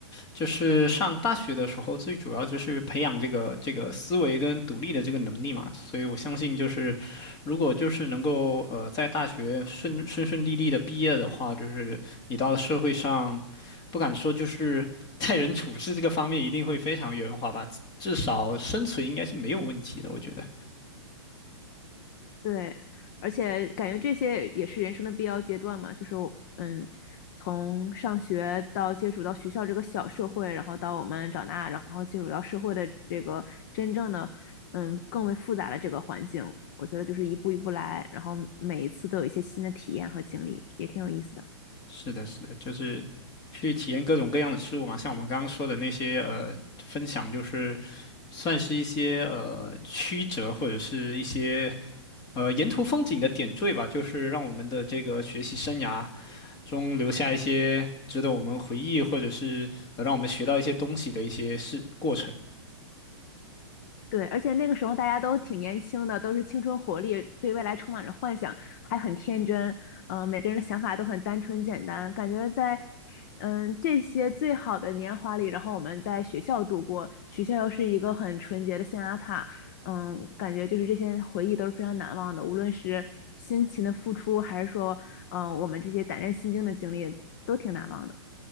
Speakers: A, on the left; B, on the left.
A: 就是上大学的时候，最主要就是培养这个这个思维跟独立的这个能力嘛。所以我相信，就是如果就是能够呃在大学顺顺顺利利的毕业的话，就是你到社会上，不敢说就是待人处事这个方面一定会非常圆滑吧，至至少生存应该是没有问题的。我觉得
B: 对，而且感觉这些也是人生的必要阶段嘛，就是嗯，从上学到接触到学校这个小社会，然后到我们长大，然后接触到社会的这个真正的嗯更为复杂的这个环境，我觉得就是一步一步来，然后每一次都有一些新的体验和经历，也挺有意思的。
A: 是的，是的，就是去体验各种各样的事物嘛，像我们刚刚说的那些呃分享，就是。算是一些呃曲折或者是一些呃沿途风景的点缀吧，就是让我们的这个学习生涯中留下一些值得我们回忆，或者是呃让我们学到一些东西的一些事过程。
B: 对，而且那个时候大家都挺年轻的，都是青春活力，对未来充满着幻想，还很天真。嗯、每个人的想法都很单纯简单，感觉在嗯这些最好的年华里，然后我们在学校度过，学校又是一个很纯洁的象牙塔。嗯，感觉就是这些回忆都是非常难忘的，无论是辛勤的付出，还是说嗯、呃我们这些胆战心惊的经历，都挺难忘的